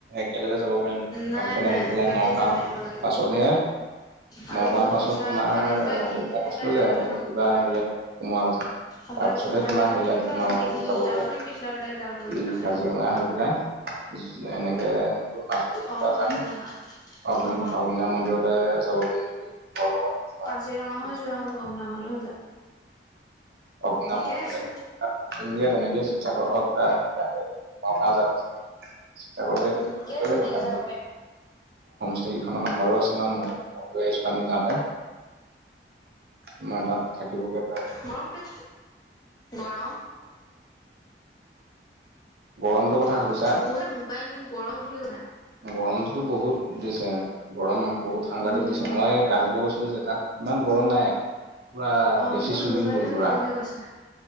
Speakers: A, on the right (about 60°); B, on the left (about 20°).
A: একেলগে যাব পাৰিম
B: নাই
A: তাৰপিছত
B: নাই
A: আহি পেলাই
B: তাতে
A: নগাঁৱত
B: যাম একেলগে
A: বাছতহে
B: আৰু
A: নগাঁও
B: বোলো
A: পাছত
B: দিছা
A: তোমাৰ
B: মানে তাই
A: হেৰি
B: এই
A: মই
B: যদি
A: কৈছিলো
B: তাৰে
A: যে
B: আগতে
A: এইটো কিবা হেৰিয়ত সোমোৱা কথা।
B: আমাৰ
A: তাৰপিছতহে
B: ওচৰত
A: তোমাৰ
B: থাকিব
A: হেৰিয়াত সোমাব
B: আমি <unintelligible>
A: যাব পাৰিম এই কাজিৰঙা হৈ পেলাই এনেকে মাজুলী যাম
B: অ কাজিৰঙা
A: অগ্নি
B: অ
A: অগ্নিনাথ মন্দিৰলৈ যাব পাৰিম যদি। ঘৰৰ লগত নোযোৱা
B: কাজিৰঙা
A: তেতিয়া
B: হৈ যোৱা হ'ব অগ্নি নাভমন্দিৰ হৈ।
A: অগ্নিনাভ
B: ঠিকেই
A: মন্দিৰলৈ
B: আছে।
A: তাত থাকিমগে তেনেকে শিৱসাগৰ আহা <unintelligible> শিৱসাগৰতো এদিন থাকিবই
B: ঠিকে আছে
A: লাগিব
B: তেনেকে যাব পাৰিম
A: সেই কেইখনৰ নাম্বাৰো আছে ন মোৰ তাত মই লৈ আহিছো আমি যাওঁতে তোমাৰ তাত থাকিবগে পাৰে।
B: গৰম কি গৰম
A: গৰমটোৰ কথা
B: অ
A: সুধিছা?
B: মোৰ যে মোবাইল গৰম উঠি গৈছে
A: গৰমটোতো বহুত দিছে গৰম বহুত সাংঘাতিক
B: উম
A: দিছে। মই গা ধুব গৈছিলো যে তাত ইমান গৰম নাই। পুৰা
B: অ
A: দেশী
B: মোৰ
A: চুইমিং
B: মোবাইলে
A: পুল পুৰা
B: গৰম উঠি গৈছে